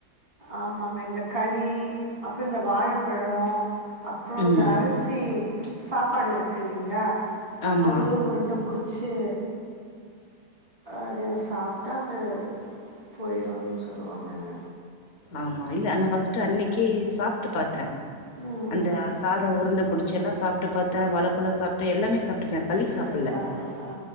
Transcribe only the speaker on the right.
ஆமாங்க இந்த களி அப்புறோ இந்த வாழப்பழோ அப்புறோ
இந்த அரிசி சாப்பாடு இருக்கில்லைங்ளா
அதே உருண்ட புடிச்சு அது சாப்பிட்டா அது போயிடுன்னு சொல்லுவாங்கங்க
ம் ம்
செட்
ஆகல ஆ